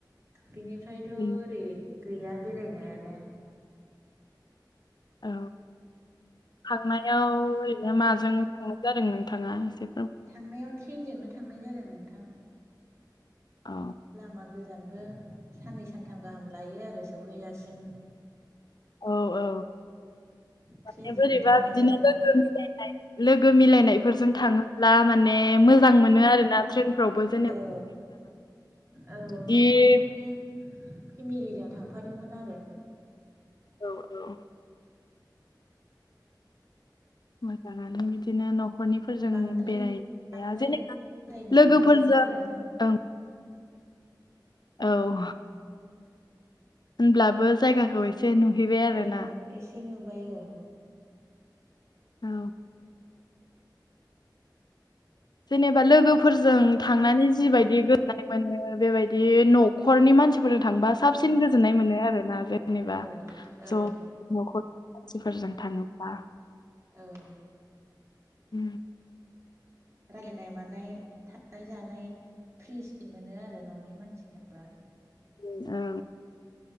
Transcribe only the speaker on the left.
बेनो
औ थांनायाव ओरैनो माजों थांनाय जादों नोंथाङा ए
अ
औ औ माने
बोरैबा
बिदिनो
लोगो मिलाय नाय लोगो मिलायनायफोरजों थाङोब्ला माने मोजां मोनो आरोना ट्रेनफोरावबो जे
बिदि
औ औ मोजाङानो बिदिनो न'खरनिफोरजों
बेराया
जेनेबा
लोगोफोरजों
ओं औ होनब्लाबो जायगाखौ एसे नुहैबाय आरो
ना
औ जेनेबा लोगोफोरजों थांनानै जिबायायदि गोनां मोनो बेबायदि न'खरनि मानसिफोरजों थांबा साबसिन गोजोननाय मोनो आरोना जे नेबा
ज' न'खरनि मानसिफोरजों थाङोब्ला
उ
उ ओ